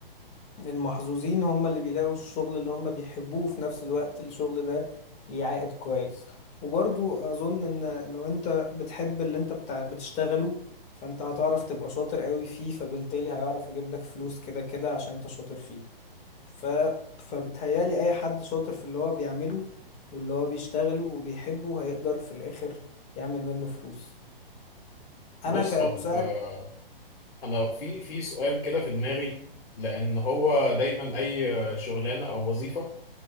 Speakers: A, on the left; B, on the left.
A: المحظوظين هم اللي بيلاقوا الشغل اللي هم بيحبوه في نفس الوقت الشغل ده ليه عائد كويس وبرضو أظن إن لو أنت بتحب اللي أنت بتاع بتشتغله فأنت هتعرف تبقى شاطر قوي فيه فبالتالي هيعرف يجيب لك فلوس كده كده عشان أنت شاطر فيه ف... فبتهيالي أي حد شاطر في اللي هو بيعمله واللي هو بيشتغله وبيحبه هيقدر في الآخر يعمل منه فلوس
B: بص
A: أنا كمساعد
B: طب آه، انا في في سؤال كده في دماغي لان هو دايما اي آه، شغلانه او وظيفه